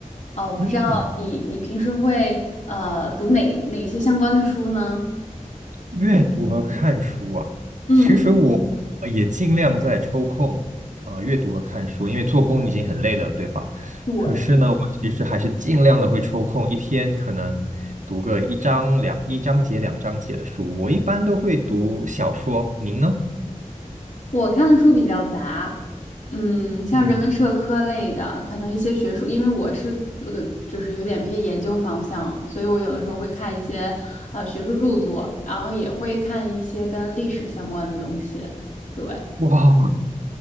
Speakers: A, on the left; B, on the right.
A: 啊、我不知道你你平时会呃读哪哪些相关的书呢？
B: 嗯，阅读和看书啊，
A: 嗯。
B: 其实嗯我也尽量在抽空啊、阅读和看书，因为做工已经很累了，对吧？
A: 对。
B: 可是呢，我其实还是尽量的会抽空，一天可能读个一章两一章节两章节的书。我一般都会读小说，您呢？
A: 我看的书比较杂，嗯，像人文社科类的，
B: 嗯，
A: 可能一些学术，因为我是呃，就是有点偏研究方向，所以我有的时候会看一些呃学术著作，然后也会看一些跟历史相关的东西。对，
B: 哇，